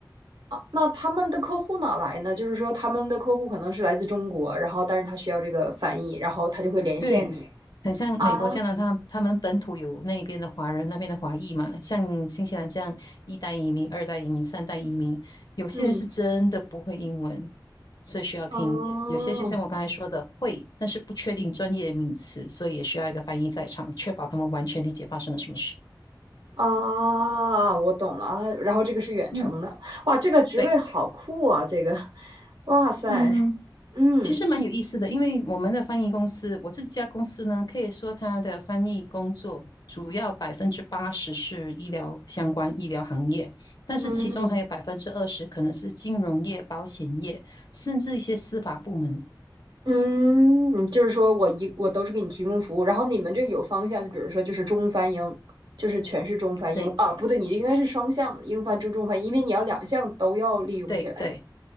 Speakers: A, on the right; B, on the left.
A: 啊，那他们的客户哪来呢？就是说他们的客户可能是来自中国，然后但是他需要这个翻译，然后他就会连线你
B: 对，很像美国、
A: 啊，
B: 加拿大，他们本土有那边的华人，那边的华裔嘛，像新西兰这样一代移民、二代移民、三代移民，有些人是真的不会英文，
A: 嗯，
B: 所以需要听；
A: 哦。
B: 有些是像我刚才说的会，但是不确定专业名词，所以也需要一个翻译在场，确保他们完全理解发生了什么事。
A: 啊，我懂了啊，然后这个是远程的，
B: 嗯，
A: 哇，这个职位好酷啊，
B: 对，
A: 这个，哇塞，
B: 嗯。
A: 嗯
B: 其实蛮有意思的，因为我们的翻译公司，我这家公司呢，可以说它的翻译工作主要百分之八十是医疗相关、医疗行业，但是其中还有百分之二十可能是金融业、
A: 嗯。
B: 保险业，甚至一些司法部门。
A: 嗯，就是说我一我都是给你提供服务，然后你们这有方向，就比如说就是中翻英，就是全是中翻英啊，
B: 对
A: 不对，你这应该是双向英翻中中翻英，因为你要两项都要利用起来嘛。
B: 对对，